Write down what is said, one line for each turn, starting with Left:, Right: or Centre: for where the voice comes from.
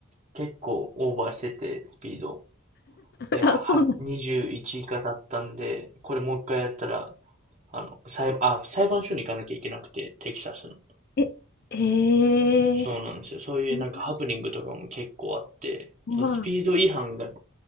Right: 結構オーバーしてて、スピード。で、
Left: あ、
Right: は、
Left: そうなん。
Right: 21がだったんで、これもう一回やったら、あの、裁、あ、裁判所に行かなきゃいけなくて、テキサスの。
Left: え、ええ
Right: そうなんですよ。そういうなんかハプニングとかも結構あって、
Left: こういう文章は、
Right: そのスピード違反が